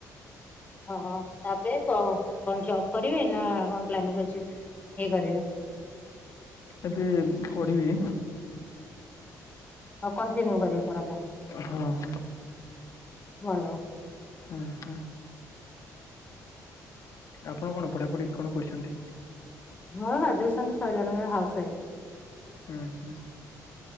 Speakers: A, on the left (about 25°); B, on the left (about 60°).
A: ଓହ ତା'ପରେ କ-କଣ ଜବ କରିବେ ନା କଣ ପ୍ଲାନିଂ ଅଛି ଇଏ କରିବେ।
B: ଏବେ ପଢିବି।
A: ଆଉ କଣ୍ଟିନ୍ୟୁ କରିବେ ପଢାଟା,
B: ହଁ ହଁ
A: ଭଲ।
B: ହଁ, ହଁ। ଆପଣ କଣ ପଢାପଢି କଣ କରିଛନ୍ତି?
A: ମୋର ଗ୍ରାଜୁଏସନ୍ ସଇଲାଣି, ମୋର ହାଉସ ୱାଇଫ୍।
B: ହୁଁ,